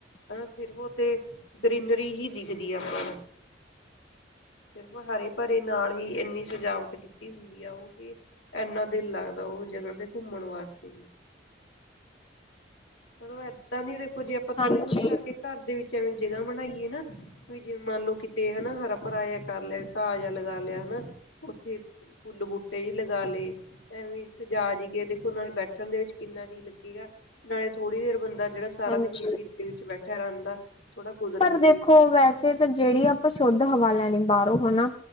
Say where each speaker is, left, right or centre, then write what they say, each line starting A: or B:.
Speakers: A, on the left; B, on the left.
A: ਹਨਾ ਸਿਰਫ ਓ ਤੇ ਗਰੀਨਰੀ ਹੀ ਦਿਖਦੀ ਹੈ ਆਪਾਂ ਨੂੰ ਸਿਰਫ ਹਰੇ ਭਰੇ ਨਾਲ ਹੀ ਇੰਨੀ ਸਜਾਵਟ ਕੀਤੀ ਹੁੰਦੀ ਆ ਉਹ ਕਿ ਐੰਨਾ ਦਿਲ ਲੱਗਦਾ ਉਹ ਜਗ੍ਹਾ ਤੇ ਘੁੰਮਣ ਵਾਸਤੇ ਵੀ ਮਤਲਬ ਏਦਾਂ ਨੀ ਦੇਖੋ ਜੇ ਆਪਾਂ
B: ਹਾਂਜੀ
A: ਥੋੜੀ -ਥੋੜ੍ਹੀ ਕਰਕੇ ਘਰ ਦੇ ਵਿੱਚ ਐਵੇਂ ਜਗ੍ਹਾ ਬਣਾਈਏ ਨਾ ਵੀ ਜਿਵੇਂ ਮੰਨ ਲਓ ਕਿਤੇ ਹੈ ਨਾ ਹਰਾ ਭਰਾਇਆ ਕਰ ਲੈਣ। ਤਾਜ਼ਾ ਲਗਾ ਲਿਆ ਹਨਾ ਉੱਥੇ ਫੁੱਲ ਬੂਟੇ ਜ ਲਗਾ ਲਏ। ਐਵੇਂ ਸਜਾ ਜੀ ਕੇ ਦੇਖੋ ਉਹ ਨੇ ਬੈਠਣ ਦੇ ਵਿੱਚ ਕਿੰਨਾ ਜੀ ਲੱਗੇਗਾ। ਨਾਲੇ ਥੋੜ੍ਹੀ ਦੇਰ ਬੰਦਾ ਜਿਹੜਾ ਸਾਰਾ
B: ਹਾਂਜੀ
A: ਦਿਨ ਇਸ ਵਿੱਚ ਬੈਠਿਆ ਰਹਿੰਦਾ ਥੋੜਾ ਕੁਦਰਤ
B: ਪਰ
A: ਦੇ
B: ਦੇਖੋ
A: ਵਿੱਚ ਬੈਠਣ
B: ਵੈਸੇ
A: ਦਾ
B: ਤਾਂ ਜਿਹੜੀ ਆਪਾਂ ਸ਼ੁੱਧ ਹਵਾ ਲਾ ਲੈਣੀ ਬਾਹਰੋ ਹਨਾ